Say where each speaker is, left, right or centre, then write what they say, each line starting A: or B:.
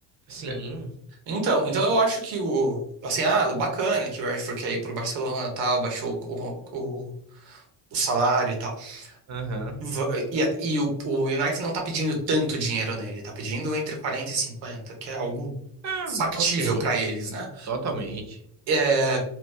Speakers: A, on the right; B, on the right.
A: Sim.
B: É. Então, então eu acho que o. Assim, ah, bacana que o Rashford quer ir pro Barcelona tal, baixou o, o, o salário e tal.
A: Aham.
B: Va- E, a- e o, o United não tá pedindo tanto dinheiro nele, tá pedindo entre 40 e 50, que é algo
A: Ah,
B: factível
A: ok.
B: pra eles, né?
A: Totalmente.
B: É,